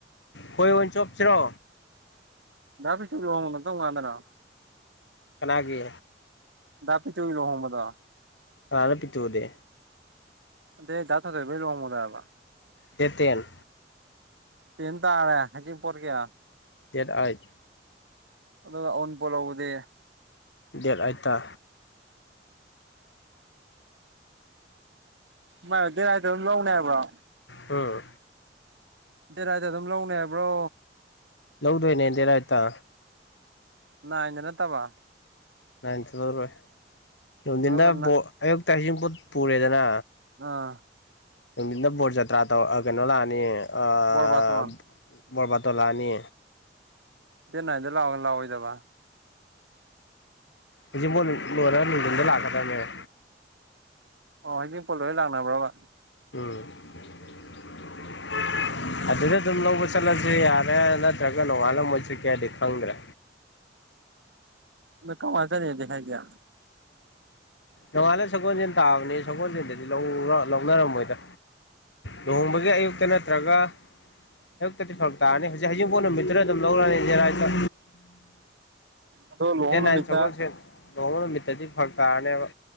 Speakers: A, on the left; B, on the right.
A: ꯈꯣꯏ ꯑꯣꯏꯅ ꯆꯣꯞꯁꯤꯔꯣ
B: <unintelligible>
A: ꯀꯅꯥꯒꯤ
B: ꯗꯥ ꯄꯤꯇꯨꯒꯤ ꯂꯣꯍꯣꯡꯕꯗꯣ
A: ꯀꯅꯥꯅꯣ ꯄꯤꯇꯨ ꯑꯗꯤ
B: ꯑꯗꯦ ꯗꯥ ꯊꯣꯏꯊꯣꯏꯕꯒꯤ ꯂꯨꯍꯣꯡꯕꯗꯣ ꯍꯥꯏꯕ
A: ꯗꯦꯠ ꯇꯦꯟ
B: ꯇꯦꯟ ꯇꯥꯔꯦ ꯍꯩꯖꯤꯡ ꯄꯣꯠꯀꯤ
A: ꯗꯦꯠ ꯑꯥꯏꯠ
B: ꯑꯗꯨꯒ ꯑꯎꯟꯄꯣꯠ ꯂꯧꯕꯗꯤ
A: ꯗꯦꯠ ꯑꯥꯏꯠ ꯇꯥ
B: ꯃꯥꯏꯔꯣ ꯗꯦꯠ ꯑꯥꯏꯠ ꯇ ꯑꯗꯨꯝ ꯂꯧꯅꯦ ꯍꯥꯏꯕ꯭ꯔꯣ
A: ꯎꯝ
B: ꯗꯦꯠ ꯑꯥꯏꯠꯇ ꯑꯗꯨꯝ ꯂꯧꯅꯤ ꯍꯥꯏꯕ꯭ꯔꯣ
A: ꯂꯧꯗꯣꯏꯅꯦ ꯗꯦꯠ ꯑꯥꯏꯠ ꯇ
B: ꯅꯥꯏꯟꯗ ꯅꯠꯇꯕ
A: ꯅꯥꯏꯟ ꯆꯠꯂꯧꯔꯣꯏ ꯅꯨꯡꯊꯤꯟꯗ
B: ꯑꯗꯨꯒ
A: ꯑꯌꯨꯛꯇ ꯍꯩꯖꯤꯡ ꯄꯣꯠ ꯄꯨꯔꯦꯗꯅ
B: ꯑꯥ
A: ꯅꯨꯡꯗꯤꯟꯗ ꯕꯣꯔ ꯖꯇ꯭ꯔꯥ ꯇꯧ ꯀꯩꯅꯣ ꯂꯥꯑꯅꯤ ꯑꯥ
B: ꯕꯣꯔ ꯕꯥꯇꯣꯟ
A: ꯕꯣꯔ ꯕꯥꯇꯣꯟ ꯂꯥꯛꯑꯅꯤ
B: ꯗꯦꯠ ꯅꯥꯏꯟ ꯂꯥꯛꯑꯣ ꯂꯥꯛꯑꯣꯏꯗꯕ
A: ꯍꯩꯖꯤꯡꯄꯣꯠ ꯂꯣꯏꯔꯦ ꯅꯨꯡꯗꯤꯟꯗ ꯂꯥꯛꯀꯗꯕꯅꯦꯕ
B: ꯑꯣ ꯍꯩꯖꯤꯡꯄꯣꯠ ꯂꯣꯏꯔ ꯂꯥꯛꯅꯕ꯭ꯔꯕ
A: ꯎꯝ <unintelligible> ꯑꯗꯨꯗ ꯑꯗꯨꯝ ꯂꯧꯕ ꯆꯠꯂꯁꯨ ꯌꯥꯔꯦ ꯅꯠꯇ꯭ꯔꯒ ꯅꯣꯡꯉꯥꯜꯂ ꯃꯣꯏ ꯆꯠꯀꯦ ꯍꯥꯏꯗꯤ ꯈꯪꯗ꯭ꯔꯥ
B: ꯃꯣꯏ ꯀꯝꯀꯥꯟ ꯆꯠꯅꯦꯗꯤ ꯍꯥꯏꯒꯦ
A: ꯅꯣꯡꯉꯥꯜꯂ ꯁꯒꯣꯟꯖꯦꯟ ꯇꯥꯕꯅꯤ ꯁꯒꯣꯟꯖꯦꯟꯗꯗꯤ ꯂꯧꯔ ꯂꯧꯅꯔꯝꯃꯣꯏꯗꯥ ꯂꯨꯍꯣꯡꯕꯒꯤ ꯑꯌꯨꯛꯇ ꯅꯠꯇ꯭ꯔꯒ ꯑꯌꯨꯛꯇꯗꯤ ꯐꯔꯛ ꯇꯥꯔꯅꯤ ꯍꯧꯖꯤꯛ ꯍꯖꯤꯡꯄꯣꯠ ꯅꯨꯃꯤꯠꯇꯔ ꯑꯗꯨꯝ ꯂꯧꯔꯛꯑꯅꯤ ꯗꯦꯠ ꯑꯥꯏꯠ ꯇ
B: ꯑꯗꯣ ꯂꯨꯍꯣꯡ
A: ꯗꯦꯠ
B: ꯅꯨꯃꯤꯠꯇ
A: ꯅꯥꯏꯟ ꯁꯒꯣꯟꯁꯦꯟ ꯂꯨꯍꯣꯡꯕ ꯅꯨꯃꯤꯠꯇꯗꯤ ꯐꯔꯛ ꯇꯥꯔꯅꯦꯕ